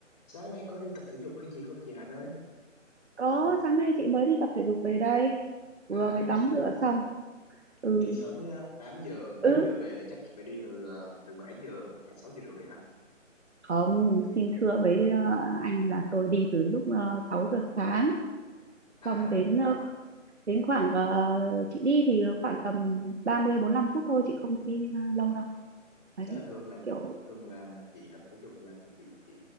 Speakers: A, on the left; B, on the right.
A: Sáng nay có đi tập thể dục hay gì không chị Hạnh ơi?
B: Có, sáng nay chị mới đi tập thể dục về đây. Vừa
A: À,
B: mới tắm
A: chị
B: rửa xong. Ừ,
A: đi sớm đấy á, 8 giờ,
B: ừ,
A: 8 giờ về là chắc chị phải đi từ ờ, từ 7 giờ hoặc là 6 giờ rưỡi hả?
B: không, xin thưa với ờ, anh là tôi đi từ lúc uh, 6 giờ sáng.
A: À,
B: Xong đến ờ, đến khoảng, ờ, chị đi thì khoảng tầm 30 lăm phút thôi, chị không đi ờ, lâu đâu. Đấy,
A: tức là thường là
B: kiểu,
A: thường là chị tập thể dục là chị chị